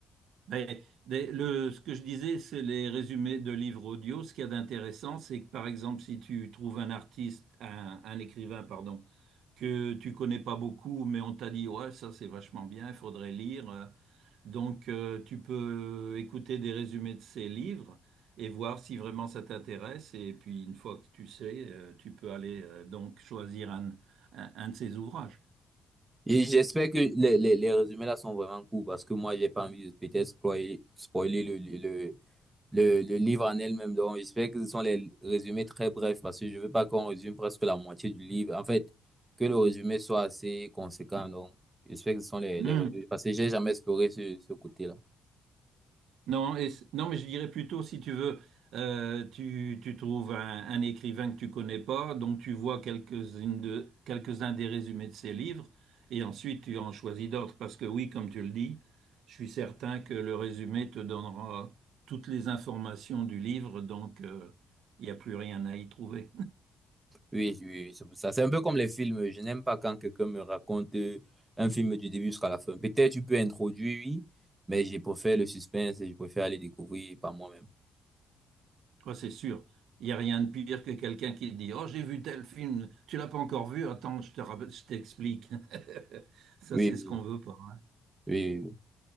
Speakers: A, on the right; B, on the right.
A: Mais des- le, ce que je disais, c'est les résumés de livres audio. Ce qu'il y a d'intéressant, c'est que par exemple, si tu trouves un artiste, un, un écrivain, pardon, que tu connais pas beaucoup, mais on t'a dit, ouais, ça c'est vachement bien, il faudrait lire. euh, Donc, euh, tu peux écouter des résumés de ces livres et voir si vraiment ça t'intéresse. Et puis, une fois que tu sais, euh, tu peux aller euh, donc choisir un, un- un de ces ouvrages.
B: Et j'espère que les, les, les résumés là sont vraiment courts, parce que moi, j'ai pas envie de peut-être spoiler, spoiler le, le- Le, le livre en elle-même, donc j'espère que ce sont les résumés très brefs parce que je veux pas qu'on résume presque la moitié du livre. En fait, que le résumé soit assez conséquent, donc j'espère que ce sont les,
A: Hmm.
B: les résumés parce que j'ai jamais exploré ce, ce côté-là.
A: Non, et c- non, mais je dirais plutôt, si tu veux, euh, tu, tu trouves un, un écrivain que tu connais pas, donc tu vois quelques-unes de, quelques-uns des résumés de ses livres, et ensuite tu en choisis d'autres, parce que oui, comme tu le dis, je suis certain que le résumé te donnera toutes les informations du livre, donc euh, il n'y a plus rien à y trouver.
B: Oui, oui, oui, c'est pour ça. C'est un peu comme les films. Je n'aime pas quand quelqu'un me raconte euh, un film du début jusqu'à la fin. Peut-être tu peux introduire, oui, mais je préfère le suspense et je préfère aller découvrir par moi-même.
A: Ouais, c'est sûr. Il n'y a rien de pire que quelqu'un qui te dit, Oh, j'ai vu tel film, tu l'as pas encore vu, attends, je te rappelle- je t'explique. <laughs> Ça,
B: Oui,
A: c'est
B: oui,
A: ce qu'on veut pas. hein.
B: oui, oui. oui.